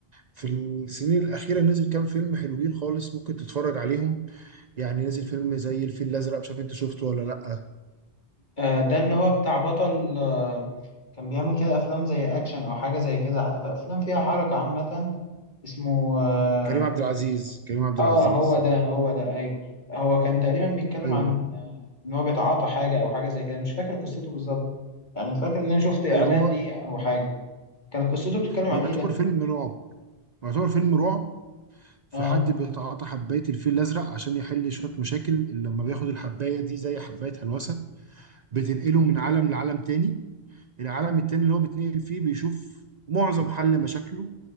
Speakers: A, on the right; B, on the left.
A: في السنين الاخيره نزل كام فيلم حلوين خالص ممكن تتفرج عليهم يعني نزل فيلم زي الفيل الازرق مش عارف انت شفته ولا لا
B: آه، ده اللي هو بتاع بطل آه، كان بيعمل كده افلام زي اكشن او حاجة زي كده افلام فيها حركة عامة اسمه آه،
A: كريم عبد العزيز كريم عبد
B: اه
A: العزيز
B: هو ده هو ده ايوه هو كان تقريبا بيتكلم
A: ايوه
B: عن آه، ان هو بيتعاطى حاجه او حاجه زي كده مش فاكر قصته بالظبط يعني فاكر ان انا شفت اعلان
A: ايوه هو
B: ليه او حاجه كانت قصته بتتكلم
A: هو
B: عن
A: يعتبر
B: ايه ده
A: فيلم رعب يعتبر فيلم رعب في
B: اه
A: حد بيتعاطى حباية الفيل الأزرق عشان يحل شوية مشاكل لما بياخد الحباية دي زي حباية هلوسة بتنقله من عالم لعالم تاني العالم التاني اللي هو بيتنقل فيه بيشوف معظم حل مشاكله